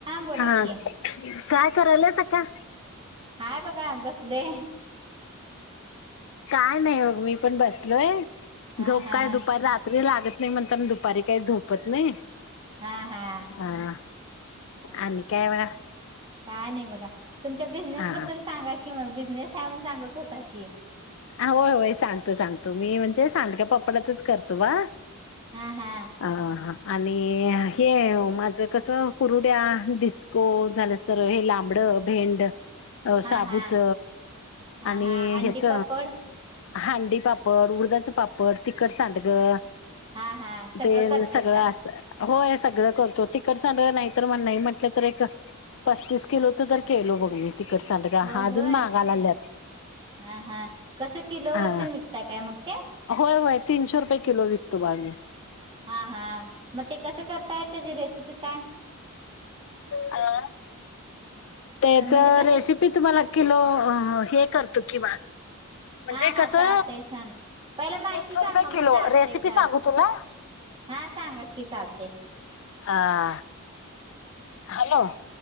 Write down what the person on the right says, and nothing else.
बोला
की
हाय बघा बसले
हा
हा
हा हा हम्
काय नाही बघा तुमच्या बिझनेस
बद्दल सांगा कि मग बिझनेस आहे म्हण सांगत होता की
हा हा
हा
हा हा
हा अंडी
पापड
हा हा सगळं
करतायसा
होय
होय
हा हा कसं किलोवर्तन
विकत काय मग ते
हा हा मग ते कसे करताय त्याची रेसिपी काय
म्हणजे कस
हा हा
चालतय ान पहिला माहिती
सांगा
मग चालतय
चालते
हा सांगा की चालते